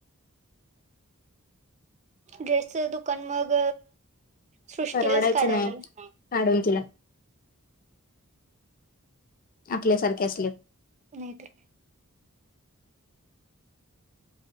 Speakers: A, on the right; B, on the left.
A: ड्रेसच दुकान मग सृष्टीलाच
B: परवडायचं
A: काढाय
B: नाही
A: लावूया.
B: काढून तिला आपल्यासारखे असले.
A: नाहीतर